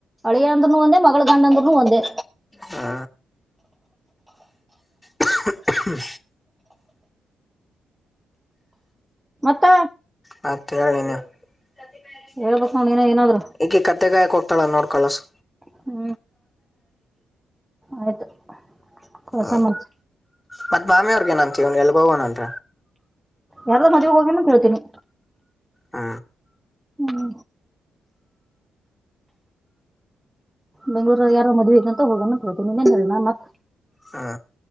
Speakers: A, in the centre; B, on the left.
A: ಅಳಿಯ ಅಂದ್ರುನು ಒಂದೆ ಮಗಳ ಗಂಡ ಅಂದ್ರೂನು ಒಂದೇ.
B: ಹಾ ಕ್ಕಹ ಕ್ಕಹ
A: ಮತ್ತ
B: ಮತ್ತ ಹೇಳ ನೀನೇ ಕತ್ತಿ ಕಾಯಕ
A: ಹೇಳ್ಬೇಕ್
B: ಇಲ್ಲ ಏನು
A: ನೋಡ್ ನೀನ ಏನಾದ್ರು
B: ಇಕಿ ಕತ್ತಿ ಕಾಯಾಕ ಹೋಕ್ತಾಳನ್ ಕಳಸ್.
A: ಹು ಆಯ್ತು ಕಳ್ಸ
B: ಆ
A: ಮತ್
B: ಮತ್ತ ನಾಮಾರಿಗೆ ಏನಂತಿವಿ ಏನ್ ಅಂತೀವಿ ಎಲ್ಲಾಗೊಗೊನಂತ.
A: ಯಾರದೋ ಮದಿವಿಗ ಹೋಗ್ಯಾನ್ ಅಂತ ಹೇಳ್ತಿನಿ.
B: ಹ
A: ಹು ಬೆಂಗಳೂರಾಗ ಯಾರದೋ ಮದ್ವಿ ಐತಂತ ಹೋಗ್ಯಾನಂತ ಹೇಳ್ತಿನಿ ಇನ್ನೇನ ಹೇಳಿ ನಾ ಮತ್ತ.
B: ಹ್ಮ